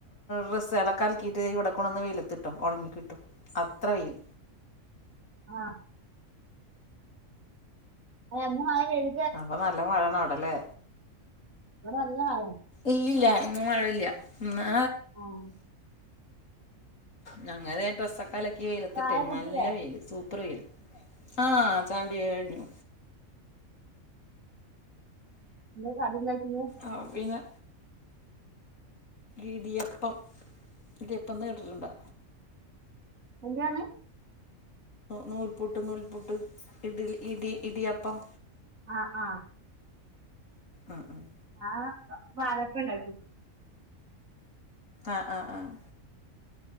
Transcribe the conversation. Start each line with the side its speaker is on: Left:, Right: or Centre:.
Left: ഡ്രസ്സ്‌കളോക്കെ അൽക്കിയിട്ട് ഇവിടെ കൊട്ന്ന് വെയിലത്തിട്ടോ ഉണങ്ങിക്കിട്ടും അത്ര വെയിൽ
Right: ആഹ് എ ഇന്ന് മഴ പെയ്
Left: അപ്പൊ നല്ല മഴാണ് അവിട ലെ
Right: ഇവടെ നല്ല മയെണ്
Left: ഇല്ലില്ല ഇന്ന് മഴല്ല ഇന്നാ
Right: ആ
Left: ഞങ്ങൾ ഇതേ ഡ്രസ്സൊക്കെ അലക്കി വെയിലത്ത്
Right: ചായ
Left: ഇട്ടെക്ക്ണ്
Right: കുടിച്ചില്ലേ
Left: നല്ല വെയില് സൂപ്പർ വെയില് ആഹ് ചായ കുടി ഒക്കെ കഴിഞ്ഞു
Right: എന്ദേ കടിണ്ടാക്കിന്ന്
Left: ആ പിന്നെ ഇടിയപ്പം ഇടിയപ്പം ന്ന് കേട്ടിട്ടുണ്ടോ
Right: എന്തേർഞ്
Left: നൂൽപുട്ട് നൂൽപുട്ട് ഇഡ്ലി ഇടി ഇടിയപ്പം
Right: ആഹ് ആഹ്
Left: ആഹ് ആഹ്
Right: ഞാൻ പാലപ്പം ഇണ്ടാക്കി
Left: ആ ആ ആഹ്